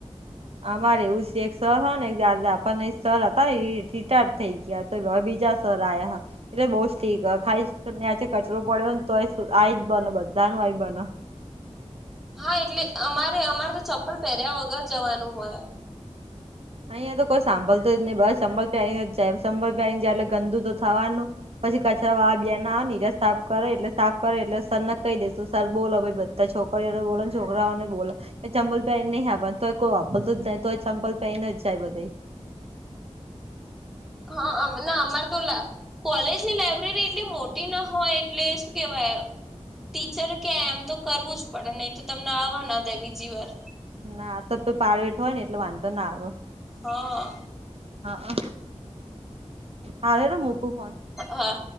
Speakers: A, on the right (about 55°); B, in the centre.
A: અમારે એવું એક સર હતો ને એક દાદા પણ એ સર હતા ને, રિટાયડ થઈ ગયા હતા. હવે બીજા સર આયા. એટલે બઉુ જ ઠીક. ખાઈ નીચે કચરો પડ્યો ને, તો આ જ બને, બધા ન આય બને.
B: હા, એટલે અમારે અમારે તો ચપ્પલ પહેર્યા વગર જવાનું હોય.
A: અહિયાં તો કોઈ સાંભળતો જ નહીં, બસ ચપલ પહેરીને જાય એટલે ગંદુ તો થવાનું. પછી કચરા વા બે ના સાફ કરે, એટલે સાફ કરે. એટલે સરને કહી દઈએ, સર બોલો બધાને. છોકરીઓને બોલે ને, છોકરાઓને બોલો, ચંપલ પહેરી નહીં આવવાનું, તો કોઈ વાપરે જ ન તો ચંપલ પહેરી ને જ જાય બધા.
B: હા, ના અમારે તોલા. કોલેજની લાઈબ્રેરી એટલી મોટી ના હોય, એટલે શું કેવાય? ટીચર કે, એમ તો કરવું જ પડે, નય તો તમને આવા ના દે બીજી વાર.
A: ના તો પે પાર વેઠો હોય ને, એટલે વાંધો ના આવે.
B: હા
A: હા, હારે મૂકું ફોન.
B: હા